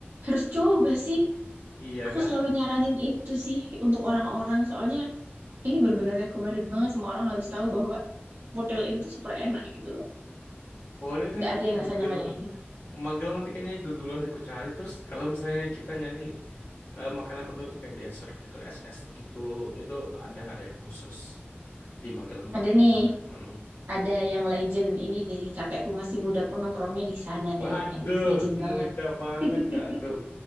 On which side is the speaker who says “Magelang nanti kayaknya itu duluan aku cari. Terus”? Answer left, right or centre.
Left